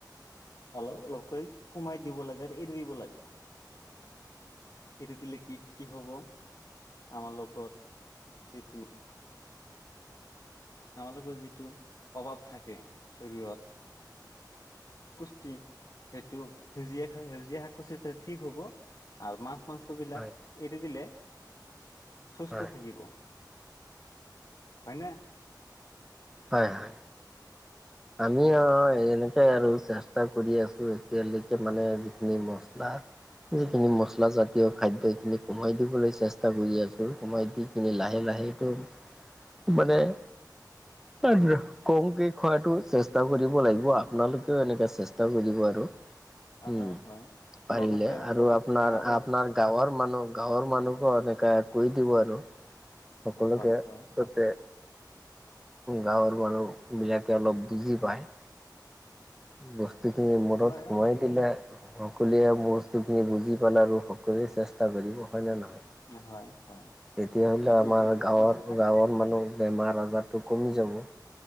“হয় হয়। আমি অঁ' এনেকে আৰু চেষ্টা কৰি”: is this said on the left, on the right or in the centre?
Centre